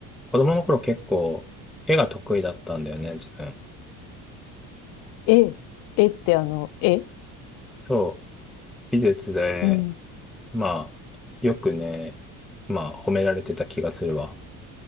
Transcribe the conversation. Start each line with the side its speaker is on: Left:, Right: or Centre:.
Centre: 子供の頃結構絵が得意だったんだよね、自分。
Left: え、えってあの、え
Centre: そう、美術で、
Left: うん。
Centre: まあ、よくね、まあ、褒められてた気がするわ。